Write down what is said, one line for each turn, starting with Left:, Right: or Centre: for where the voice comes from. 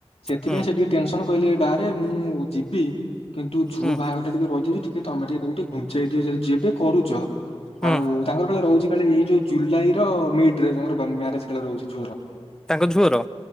Left: ସେଥିପାଇଁ
Centre: ହୁଁ
Left: ସେ ଟିକେ ଟେନସନ କହିଲେ ବାରେ ମୁଁ ଯିବି କିନ୍ତୁ ଝୁଅ
Centre: ହୁଁ
Left: ବାହାଘରଟା ଟିକେ ରହିଯାଉଛି ଟିକେ ତମ ଟିକେ ତାକୁ ଟିକେ ଘୁଞ୍ଚେଇଦିଅ ଯେବେ କରୁଛ
Centre: ହୁଁ
Left: ଆଉ ତାଙ୍କର କାଳେ ରହୁଛି କାଳେ ଏଇ ଯୋଉ ଜୁଲାଇ ର ମିଡ୍ ରେ ତାଙ୍କର ମ୍ୟାରେଜ କାଳେ ରହୁଛି ଝୁଅର।
Centre: ତାଙ୍କ ଝୁଅର?